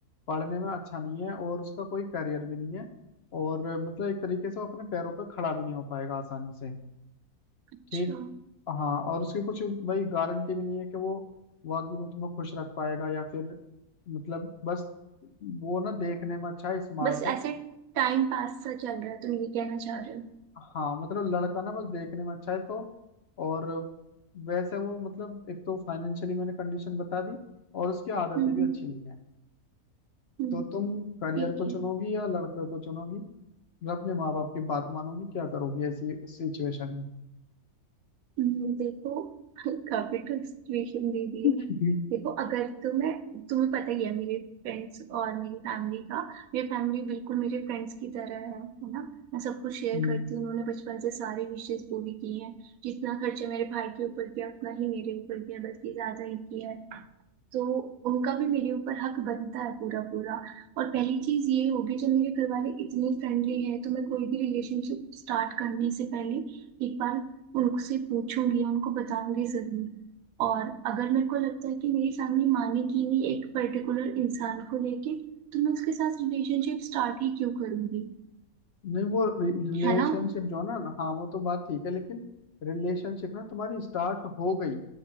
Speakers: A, on the left; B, on the right.
A: पढ़ने में अच्छा नहीं है और उसका कोई करियर भी नहीं है और मतलब एक तरीके से वो अपने पैरों पर खड़ा भी नहीं हो पाएगा आसानी से
B: अच्छा
A: ठीक हाँ और उसकी कुछ भाई गारंटी भी नहीं है कि वो वाकई में तुम्हें खुश रख पाएगा या फिर मतलब बस वो ना देखने में अच्छा है स्मार्ट
B: बस
A: है
B: ऐसे टाइम पास सा चल रहा है तुम ये कहना चाह रहे हो
A: हाँ मतलब लड़का ना बस देखने में अच्छा है तो और वैसे वो मतलब एक तो फाइनेंशियली मैंने कंडीशन बता दी और उसकी आदतें
B: हम्म
A: भी
B: हम्म
A: अच्छी नहीं है
B: हम्म,
A: तो तुम करियर
B: ठीक
A: को
B: है
A: चुनोगी या लड़के को चुनोगी मतलब अपने माँ बाप की बात मानोगी क्या करोगी ऐसी सिचुएशन में
B: हम्म, देखो काफी टफ सिचुएशन दे दी
A: <laughs>
B: है देखो अगर तुम्हें तुम्हें पता ही है मेरे फ्रेंड्स और मेरी फैमिली का मेरी फैमिली बिल्कुल मेरे फ्रेंड्स की तरह है है ना मैं सब कुछ शेयर
A: हम्म।
B: करती हूँ उन्होंने बचपन से सारी विशेष पूरी की हैं जितना खर्चा मेरे भाई के ऊपर किया उतना ही मेरे ऊपर किया बल्कि ज्यादा ही किया है तो उनका भी मेरे ऊपर हक बनता है पूरा पूरा और पहली चीज ये होगी जब मेरे घर वाले इतने फ्रेंडली हैं तो मैं कोई भी रिलेशनशिप स्टार्ट करने से पहले एक बार उनसे पूछूंगी उनको बताऊंगी जरूर और अगर मेरे को लगता है कि मेरी फैमिली मानेगी नहीं एक पर्टिकुलर इंसान को लेके तो मैं उसके साथ रिलेशनशिप स्टार्ट ही क्यों करूंगी
A: नहीं वो रिलेशनशिप
B: है ना
A: जो है ना हाँ वो तो बात ठीक है लेकिन रिलेशनशिप ना तुम्हारी स्टार्ट हो गई